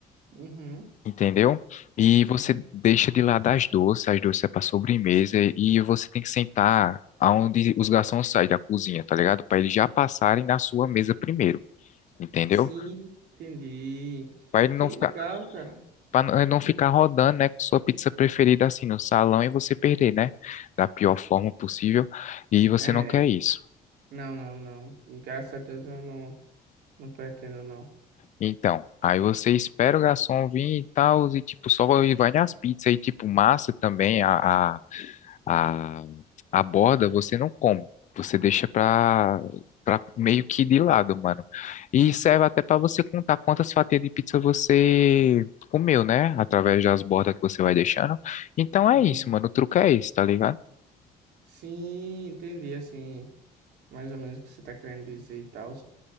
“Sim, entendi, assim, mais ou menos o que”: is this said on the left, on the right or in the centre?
Right